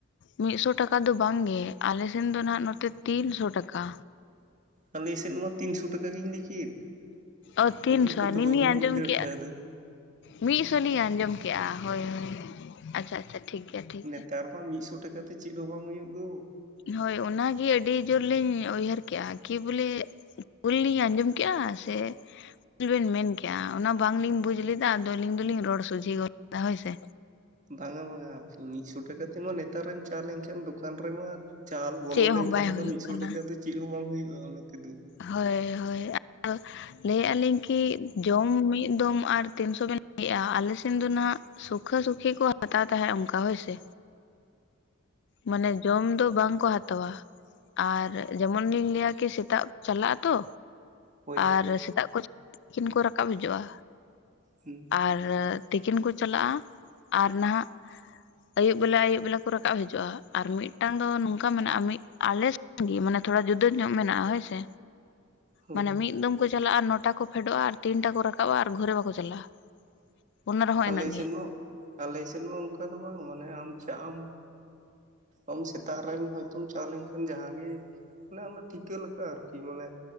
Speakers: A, on the left; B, on the right.
A: ᱢᱤᱜ ᱥᱚ ᱴᱟᱠᱟ ᱫᱚ ᱵᱟᱝᱜᱮ ᱟᱞᱮᱥᱱ ᱫᱚ ᱱᱟᱜ ᱱᱚᱛᱮ ᱛᱤᱱᱥᱚ ᱴᱟᱠᱟ᱾
B: ᱟᱞᱮ ᱥᱮᱫ ᱢᱟ ᱛᱤᱱᱥᱚ ᱴᱟᱠᱟ ᱜᱤᱧ ᱞᱟᱹᱭ ᱠᱮᱫ᱾
A: ᱚ ᱛᱤᱱᱥᱚ
B: ᱟᱹᱵᱤᱱ ᱦᱚᱭᱛᱳ
A: ᱟᱞᱤᱧ
B: ᱵᱟᱹᱵᱤᱱ
A: ᱞᱤᱧ ᱟᱸᱡᱚᱢ
B: ᱵᱩᱡᱽ ᱫᱟᱲᱮ
A: ᱠᱮᱜᱼᱟ᱾
B: ᱠᱟᱣᱫᱟ
A: ᱢᱤᱜ ᱥᱚ ᱞᱤᱧ ᱟᱸᱡᱚᱢ ᱠᱮᱜᱼᱟ ᱦᱳᱭ ᱦᱳᱭ ᱟᱪᱪᱷᱟ ᱟᱪᱪᱷᱟ ᱴᱷᱤᱠ ᱜᱮᱭᱟ ᱴᱷᱤᱠ
B: ᱱᱮᱛᱟᱨ ᱢᱟ ᱢᱤᱜ ᱥᱚ ᱴᱟᱠᱟ ᱛᱮ ᱪᱮᱫ ᱦᱚᱸ ᱵᱟᱝ ᱦᱩᱭᱩᱜ ᱫᱚ᱾
A: ᱦᱳᱭ ᱚᱱᱟᱜᱮ ᱟᱹᱰᱤ ᱡᱳᱨᱞᱤᱧ ᱩᱭᱦᱟᱹᱨ ᱠᱮᱜ-ᱟ ᱠᱤ ᱵᱚᱞᱮ ᱵᱷᱩᱞ ᱞᱤᱧ ᱟᱸᱡᱚᱢ ᱠᱮᱜ-ᱟ ᱥᱮ ᱪᱮᱜ ᱵᱮᱱ ᱢᱮᱱᱠᱮᱜ-ᱟ ᱚᱱᱟ ᱵᱟᱝᱞᱤᱧ ᱵᱩᱡᱽ ᱞᱮᱫᱟ ᱟᱫᱚ ᱟᱹᱞᱤᱧ ᱫᱚᱞᱤᱧ ᱨᱚᱲ ᱥᱚᱡᱷᱮ ᱜᱚᱫ ᱠᱮᱫᱟ ᱦᱳᱭ ᱥᱮ᱾
B: ᱵᱟᱝᱟ ᱵᱟᱝᱟ ᱢᱤᱫ ᱥᱚ ᱴᱟᱠᱟ ᱛᱮᱢᱟ ᱱᱮᱛᱟᱨᱮᱢ ᱪᱟ ᱞᱮᱱᱠᱷᱟᱱ ᱫᱚᱠᱟᱱ ᱨᱮᱢᱟ ᱪᱟᱞ ᱵᱚᱞᱚ
A: ᱪᱮᱫ
B: ᱞᱮᱱᱠᱷᱟᱱ
A: ᱦᱚᱸ ᱵᱟᱭ
B: ᱚᱱᱟ
A: ᱦᱩᱭᱩᱜ
B: ᱢᱤᱫᱥᱚ
A: ᱠᱟᱱᱟ
B: ᱴᱟᱠᱟ ᱫᱚ ᱪᱮᱫ ᱦᱚᱸ ᱵᱟᱝ ᱦᱩᱭᱩᱜᱼᱟ ᱚᱱᱟ ᱛᱮᱫᱚ
A: ᱦᱳᱭ ᱦᱳᱭ <unintelligible> ᱞᱟᱹᱭᱮᱜᱼᱟ ᱞᱤᱧ ᱠᱤ ᱡᱚᱢ ᱢᱤᱜ ᱫᱚᱢ ᱟᱨ ᱛᱤᱱᱥᱚ ᱵᱮᱱ ᱞᱟᱹᱭ ᱮᱜᱼᱟ ᱟᱞᱮᱥᱱ ᱫᱚ ᱱᱟᱜ ᱥᱩᱠᱷᱟᱹ ᱥᱩᱠᱷᱤ ᱠᱚ ᱦᱟᱛᱟᱣ ᱛᱟᱦᱮᱜ ᱚᱱᱠᱟ ᱦᱳᱭᱥᱮ᱾ ᱢᱟᱱᱮ ᱡᱚᱢ ᱫᱚ ᱵᱟᱝᱠᱚ ᱦᱟᱛᱟᱣᱟ ᱟᱨ ᱡᱮᱢᱚᱱᱞᱤᱧ ᱞᱟᱹᱭᱟ ᱠᱤ ᱥᱮᱛᱟᱜ ᱪᱟᱞᱟᱜ ᱟᱛᱚ
B: ᱦᱳᱭ
A: ᱟᱨ ᱥᱮᱛᱟᱜ ᱠᱚ ᱛᱤᱠᱤᱱ ᱠᱚ ᱨᱟᱠᱟᱵ ᱦᱤᱡᱩᱜᱼᱟ᱾
B: ᱦᱩᱸ
A: ᱟᱨ ᱛᱤᱠᱤᱱ ᱠᱚ ᱪᱟᱞᱟᱜᱼᱟ ᱟᱨ ᱱᱟᱦᱟᱜ ᱟᱹᱭᱩᱵ ᱵᱮᱞᱟ ᱟᱹᱭᱩᱵ ᱵᱮᱞᱟ ᱠᱚ ᱨᱟᱠᱟᱵ ᱦᱤᱡᱩᱜᱼᱟ ᱟᱨ ᱢᱤᱫᱴᱟᱝ ᱫᱚ ᱱᱚᱝᱠᱟ ᱢᱮᱱᱟᱜᱼᱟ ᱢᱤᱫ ᱟᱞᱮ, ᱜᱤ ᱢᱟᱱᱮ ᱛᱷᱚᱲᱟ ᱡᱩᱫᱟᱹ ᱧᱚᱜ ᱢᱮᱱᱟᱜᱼᱟ ᱦᱳᱭᱥᱮ᱾
B: ᱦᱳᱭ
A: ᱢᱟᱱᱮ ᱢᱤᱫ ᱫᱚᱢ ᱠᱚ ᱪᱟᱞᱟᱜᱼᱟ ᱟᱨ ᱱᱚᱴᱟ ᱠᱚ ᱯᱷᱮᱰᱚᱜᱼᱟ ᱟᱨ ᱛᱤᱱᱴᱟ ᱠᱚ ᱨᱟᱠᱟᱵᱼᱟ ᱟᱨ ᱜᱷᱩᱨᱮ ᱵᱟᱠᱚ ᱪᱟᱞᱟᱜᱼᱟ᱾ ᱚᱱᱟ ᱨᱮᱦᱚᱸ
B: ᱟᱞᱮ
A: ᱤᱱᱟᱹᱜ ᱜᱮ
B: ᱥᱮᱱ ᱦᱚᱸ ᱟᱞᱮ ᱥᱮᱱ ᱦᱚᱸ ᱚᱱᱠᱟ ᱫᱚ ᱵᱟᱝ ᱢᱟᱱᱮ ᱟᱢ ᱪᱟᱜ ᱟᱢ, ᱚᱢ ᱥᱮᱛᱟᱜ ᱨᱮᱢ ᱦᱮᱡ ᱦᱛᱩᱢ ᱪᱟ ᱞᱮᱱᱠᱷᱟᱱ ᱡᱟᱦᱟᱸ ᱜᱮ ᱢᱟᱱᱮ ᱚᱱᱟ ᱴᱷᱤᱠᱟᱹ ᱞᱮᱠᱟ ᱟᱨᱠᱤ ᱢᱟᱱᱮ,